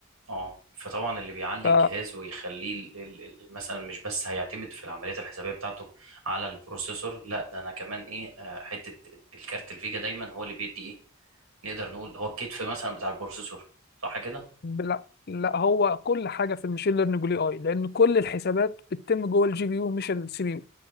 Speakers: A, on the right; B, on the left.
A: اه فطبعا اللي بيعلي
B: ف
A: الجهاز ويخليه ال- ال- ال- مثلا مش بس هيعتمد في العمليات الحسابيه بتاعته على البروسيسور لا ده انا كمان ايه آه، حته الكارت الفيجا دايما هو اللي بيدي ايه نقدر نقول هو الكتف مثلا بتاع البروسيسور صح كده
B: لا لا هو كل حاجه في الماشين ليرنينج والاي اي لان كل الحسابات بتتم جوه الجي بي يو مش السي بي يو